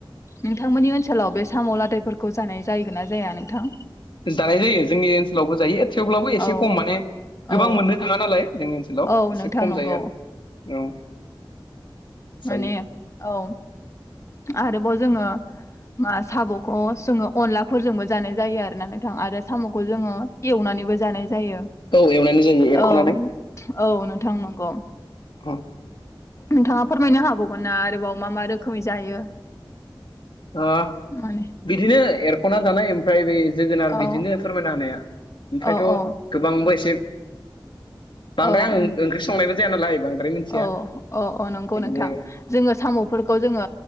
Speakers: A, on the left; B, on the left.
A: नोंथांमोननि ओनसोलाव बे साम' लादायफोरखौ जानाय जायोगोन ना जाया नोंथां
B: जानाय जायो जोंनि ओनसोलावबो जायो थेवब्लाबो एसे
A: औ
B: खम माने गोबां
A: औ
B: मोननो थाङा नालाय जोंनि ओनसोलाव
A: औ
B: एसे
A: नोंथां
B: खम
A: नंगौ
B: जायो आरो औ जायो
A: माने औ आरोबाव जोङो मा साम'खौ जोङो अनलाफोरजोंबो जानाय जायो आरो ना नोंथां आरो साम'खौ जोङो एवनानैबो जानाय जायो
B: औ एवनानै जायो एरख'नानै
A: औ औ नोंथां नंगौ
B: औ
A: नोंथाङा फोरमायनो हाबावगोनना आरोबाव मा मा रोखोमै जायो
B: ओ
A: माने
B: बिदिनो एरख'ना जानाय ओमफ्राय बे जोगोनार
A: औ
B: बिदिनो फोरमायना होनाया ओमफ्रायथ'
A: औ औ
B: गोबांबो एसे बांद्राय
A: औ
B: आं ओंख्रि संनायबो जाया नालाय बांद्राय मिथिया
A: औ अ अ नंगौ
B: ओरैनो
A: नोंथां जोङो साम'फोरखौ जोङो